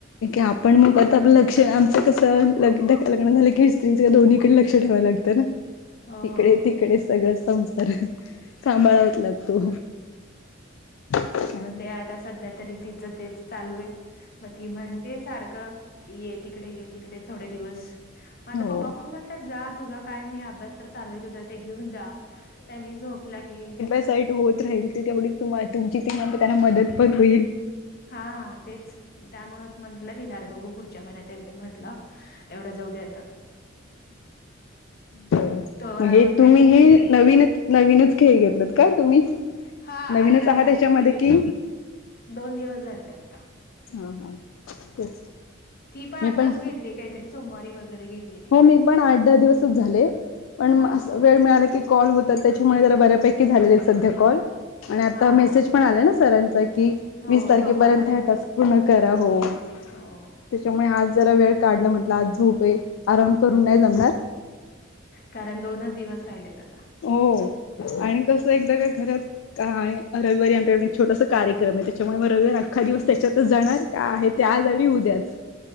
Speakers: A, on the left; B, on the left.
A: आपण मग परत आपलं लक्ष आमंच कसं ल लग्न झालं कि स्त्री दोन्हीडे लक्ष लक्ष ठेवाव लागतन तिकडे,
B: हो.
A: तिकडे सगळ संसार. सांभाळावच लागतो. हम्म
B: मग ते आता सध्या तरी तिचं तेच चालू आहे मग ती म्हण ते सारखं की ये तिकडे, ये तिकडे थोडे दिवस. आता
A: हो
B: पप्पा पण म्हणतात जा तुझा काय नाही अभ्यास तर चालू आहे तुझा, ते घेऊन जा. त्यांनी झोपला की.
A: साईट होत राहील. तेवढी तुमची ती त्यांना मदत पण होईल.
B: हा, तेच त्यामुळच म्हंटलं तिला आता बघू पुढच्या महिन्यात येते म्हंटलं. एवढं जाऊ दे आता.
A: बर.
B: तर
A: मग हे
B: अजून काहीतरी
A: तुम्ही हे
B: शिकेल
A: नवीनच,
B: का?
A: नवीनच खेळ घेतलत का तुम्ही?
B: हा
A: नवीनच
B: आता
A: आहात
B: चालू
A: त्याच्यामध्ये
B: आहे म्हणजे
A: कि
B: दोन दिवस झाले आता.
A: हा, हा तेच.
B: ती आताच
A: मी पण,,
B: घेतली काहीतरी सोमवारी वगैरे घेतली ती
A: हो मी पण आठ दहा दिवसच झाले. पण
B: हा
A: अस
B: हा.
A: वेळ मिळाला कीऽ कॉल होतात, त्याच्यामुळेऽ जरा बर्या पैकी झालेले त सध्या कॉल,, आणी आता
B: हा
A: मेसेज ऽ पण आले ना सरांचा,, की
B: हो
A: वीस तारखेपर्यंत
B: सोमवारपर्यंत
A: हा टास्क पूर्ण करा हो..
B: हो.
A: त्याच्यामुळे आज जरा वेळ काढला,, म्हटलं आज झोप आहे,, आराम करून नाही जऽ
B: कारण दोनच दिवस राहिलेत आता.
A: हो आणि कसं एकदा काय घरात. आणि रविवारी आमच्याकड एक छोटास कार्यक्रम आहे त्याच्यामुळे मग रविवारी अखा दिवस त्याच्यात. तर जाणार का? आहे ते आज आणि उद्याच.